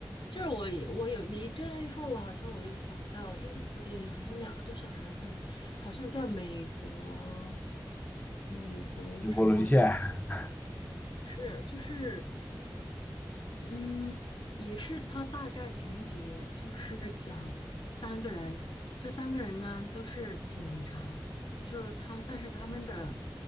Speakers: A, on the left (about 85°); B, on the left (about 20°).
A: 就是我也我有你这样一说，我好像我有想到有一部电影，好像两个多小时还是三个，好像叫美国美国什么也
B: 美国沦陷，<laughs>
A: 不是，就是。嗯，也是，它大概情节就是讲三个人，这三个人呢都是警察，就是他们，但是他们的